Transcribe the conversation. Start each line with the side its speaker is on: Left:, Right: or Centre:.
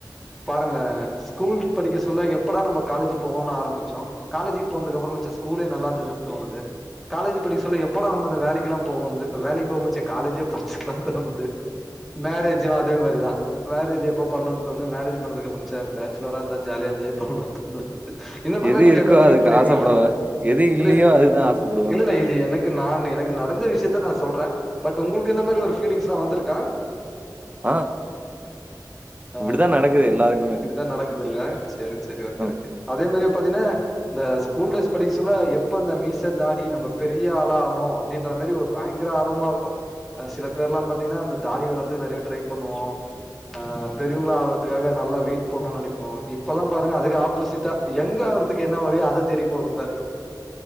Centre: பாருங்கள ஸ்கூல் படிக்க சொல்ல எப்படா நம்ப காலேஜ் போவோன் ஆரம்பிச்சோ காலேஜிக்கு போனதுக்கப்றமா ச்சே ஸ்கூலே நல்லா இருந்ததுன்னு தோணுது காலேஜ் படிக்க சொல்ல எப்படா நம்ம இந்த வேலைக்குல்லா போவோன்னுது இப்ப வேலைக்கு போகும் ச்சே காலேஜே படிச்சர்லான் தோணுது மேரேஜு அதே மாரிதா மேரேஜ் எப்போ பண்ணுன் தோணு மேரேஜ் பண்ணதுக்கப்புறம் ச்சே பேச்சுலரா இருந்தா ஜாலியா என்ஜாய் பண்ணலானு தோணுது இந்த மார்லா
Right: எது
Centre: நீங்க
Right: இருக்கோ
Centre: எதா ஃபீல்
Right: அதுக்கு
Centre: பண்ணிருக்கீங்களா
Right: ஆசைப்படுவேன். எது இல்லையோ
Centre: இல்ல இது
Right: அதுதான் ஆசைப்படுவோம்
Centre: இல்லல
Right: நம்ம.
Centre: இது எனக் கு நானு எனக்கு நடந்த விஷயத்த நா சொல்றே பட் உங்களுக்கு இந்த மாரி ஒரு ஃபீலிங்ஸ்லா வந்துருக்கா
Right: ஆ
Centre: ஆ ஆ
Right: இப்படிதான் நடக்குது
Centre: அ
Right: எல்லாருக்குமே.
Centre: இதுதா நடக்குதுல்ல சேரி சேரி ஓகே
Right: ம்.
Centre: ஓகே அதே மாரியே பாத்தீங்கன்னா இந்த ஸ்கூல் டேஸ் படிக்க சொல்ல எப்ப அந்த மீச தாடி நம்ப பெரிய ஆளா ஆவனு அப்டின்ற மாரி ஒரு பயங்கர ஆர்வமாருக்கு அ சில பேர்லா பாத்தீங்கன்னா அந்த தாடி வளர்த் து நெறைய ட்ரை பண்ணுவோ ஆ பெரியவங்களா ஆகறதுக்காக நல்லா வெயிட் போடனுன் நெனைப்போ இப்பல்லா பாருங்க அதுக்கு ஆப்போசிட்டா யங்கா ஆவ்றதுக்கு என்ன வழியோ அத தேடி போறதா இருக்கோ